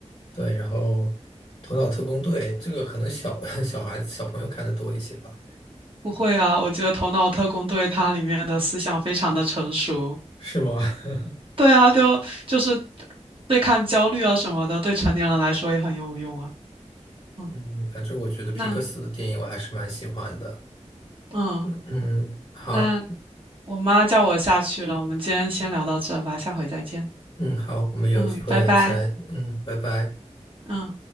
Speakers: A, on the left; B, on the right.
A: 对，然后《头脑特工队》这个可能小 <laughs> 小孩子、小朋友看的多一些吧？
B: 不会啊，我觉得《头脑特工队》它里面的思想非常的成熟。
A: 是吗？<laughs>
B: 对啊，就就是对抗焦虑啊什么的，对成年人来说也很有用啊。嗯，
A: 嗯，反正我觉得皮克斯的电影我还是蛮喜欢的。
B: 那嗯。
A: 嗯，好，
B: 那。我妈叫我下去了，我们今天先聊到这吧，下回再见。
A: 嗯，好，我们有机会再，
B: 嗯，拜拜。
A: 嗯，拜拜。
B: 嗯。